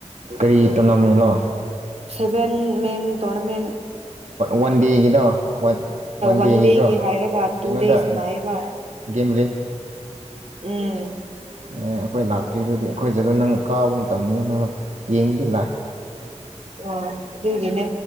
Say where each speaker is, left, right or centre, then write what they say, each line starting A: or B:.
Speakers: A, on the right; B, on the right.
A: ꯀꯔꯤ ꯇꯣꯅꯥꯃꯦꯟꯅꯣ
B: ꯁꯚꯦꯟ ꯃꯦꯟ ꯇꯣꯅꯥꯃꯦꯟ
A: ꯋꯥꯟ ꯗꯦꯒꯤꯗꯣ ꯋꯥꯟ ꯗꯦꯒꯤꯗꯣ
B: ꯄꯟꯗꯦꯒꯤ ꯍꯥꯏꯔꯒ
A: ꯀꯩꯅꯣꯗ
B: ꯇꯨꯗꯦ ꯁꯅꯥꯏꯕ
A: ꯒꯦꯝ
B: ꯎꯝ
A: ꯑꯦ ꯑꯩꯈꯣꯏ ꯂꯥꯛꯇꯦ ꯑꯗꯨꯗꯤ ꯑꯩꯈꯣꯏꯁꯤꯗ ꯅꯪ ꯀꯥꯕ ꯃꯇꯝꯅꯤ ꯑꯗꯨꯅ ꯌꯦꯡꯕꯗꯤ ꯂꯥꯛꯏ
B: ꯑ ꯑꯗꯨꯒꯤꯅꯦ